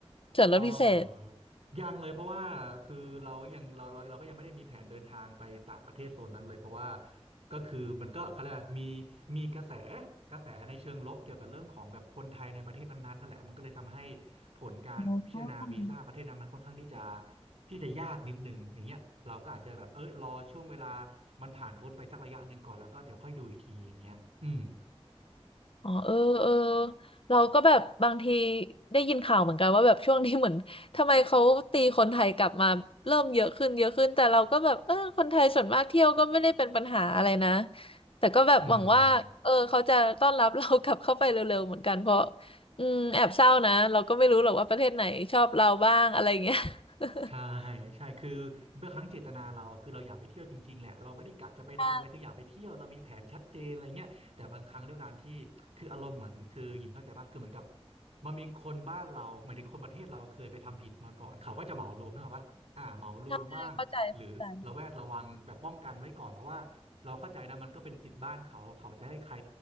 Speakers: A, on the left; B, on the right.
A: ส่วนลดพิเศษ
B: เออยังเลยเพราะว่าคือเราก็ยังเราเราเราก็ยังไม่ได้มีแผนเดินทางไปต่างประเทศโซนนั้นเลยเพราะว่าก็คือมันก็เขาเรียกว่ามีมีกระแสกระแสในเชิงลบเกี่ยวกับเรื่องของแบบคนไทยในประเทศนั้นๆนั่นแหละมันก็เลยทำให้ผลการพิจารณาวีซ่าประเทศนั้นมันค่อนข้างที่จะ
A: ออ
B: ที่จะยากนิดนึงอย่างเงี้ยเราก็อาจจะแบบเอ้ยรอช่วงเวลามันผ่านพ้นไปสักระยะหนึ่งก่อนแล้วก็เดี๋ยวค่อยดูอีกทีอย่างเงี้ยอืม
A: อ๋อเออเออเราก็แบบบางทีได้ยินข่าวเหมือนกันว่าแบบช่วงนี้เหมือนทำไมเขาตีคนไทยกลับมาเริ่มเยอะขึ้นเยอะขึ้นแต่เราก็แบบเออคนไทยส่วนมากเที่ยวก็ไม่ได้เป็นปัญหาอะไรนะแต่ก็แบบหวังว่าเออเขาจะต้อนรับเรากลับเข้าไปเร็วๆเหมือนกันเพราะ
B: อืม
A: อืมแอบเศร้านะเราก็ไม่รู้หรอกว่าประเทศไหนชอบเราบ้างอะไรอย่างเงี้ย <laughs>
B: ใช่ใช่คือเมื่อครั้งเจตนาเราอะคือเราอยากไปเที่ยวจริงๆแหละเราไม่ได้กะจะไปทำอะไรคืออยากไปเที่ยวเรามีแผนชัดเจนอะไรเงี้ยแต่บางครั้งด้วยการที่คืออารมณ์เหมือนคือหญิงเข้าใจป่ะคือเหมือนกับ
A: ใช่
B: มันมีคนบ้านเราหมายถึงคนประเทศเราเคยไปทำผิดมาก่อนเขาก็จะเหมารวมนะครับว่าอ่าเหมารวมบ้างหรือระแวดระวังแบบป้องกันไว้ก่อนเพราะว่าเราเข้าใจนะมันก็เป็นสิทธิ์บ้านเขาเขาจะให้ใคร
A: ใช่เข้าใจเข้าใจ